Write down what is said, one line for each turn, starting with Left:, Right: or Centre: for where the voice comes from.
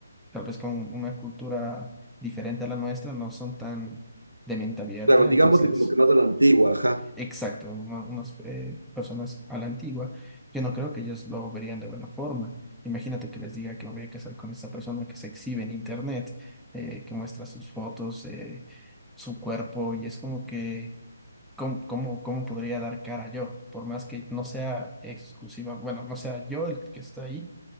Centre: tal vez con una cultura diferente a la nuestra, no son tan de mente abierta.
Right: Claro,
Centre: Entonces,
Right: digámosle como que más de la antigua, ajá.
Centre: Exacto, una- unas eh, personas a la antigua, yo no creo que ellos lo verían de buena forma. Imagínate que les diga que me voy a casar con esta persona que se exhibe en internet, eh, que muestra sus fotos, eh, su cuerpo, y es como que, ¿cómo, cómo, cómo podría dar cara yo? Por más que no sea exclusiva, bueno, no sea yo el que está ahí,